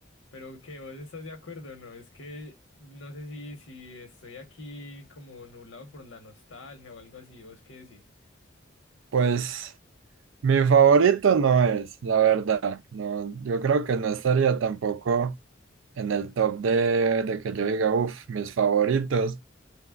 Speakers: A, on the left; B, on the right.
A: Pero que vos estás de acuerdo, ¿no? Es que no sé si, si estoy aquí como nublado por la nostalgia o algo así, ¿vos qué decís?
B: Pues mi favorito no es, la verdad. No, yo creo que no estaría tampoco en el top de, de que yo diga, uff, mis favoritos.